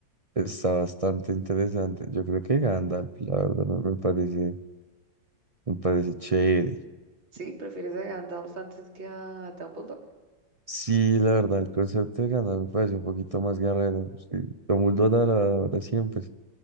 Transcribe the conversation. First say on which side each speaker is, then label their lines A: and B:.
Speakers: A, on the right; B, on the right.
A: está bastante interesante. Yo creo que Gandalf, la verdad, me me parece, me parece chévere.
B: ¿sí? ¿Prefieres a Gandalf antes que a Dumbledore?
A: Sí, la verdad, el concepto de ganar me parece un poquito más guerrero. Sí. Dumbledore, la verdad, siempre